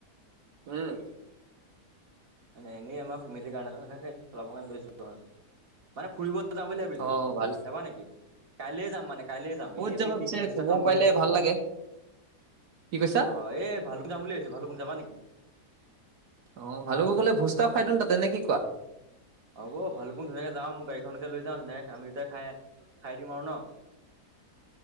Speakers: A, on the right (about 75°); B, on the right (about 55°).
A: হম
B: মানে এনেই আমাৰ ফেমিলি কাৰণে সেনেকে চলাব কাৰে লৈছো আৰু মানে ফুৰিব যাম বুলি ভাবিছো
A: অ ভাল
B: যাবা নেকি কাইলে যাম মানে কাইলে যাম
A: ক'ত
B: এনেই
A: যাবা
B: পিকনিক
A: পিছে
B: ভোজ
A: ক'ব
B: এটা খাম
A: পাৰিলে
B: বুলি <unintelligible>
A: ভাল লাগে কি কৈছা
B: অহ, এই ভালুকপুং যাম বুলি ভাবিছো ভালুকপুং যাবা নেকি?
A: অহ, ভালুকপুং গলে ভোজ তাও খাই দিম তাতে নে কি কোৱা?
B: হ'ব ভালুকপুং হৈয়ে যাম মোৰ গাড়ীখনকে লৈ যাওঁ ধুনীয়াকে আমি কেতাই খাই -খাই দিম আৰু ন'।
A: <inaudible>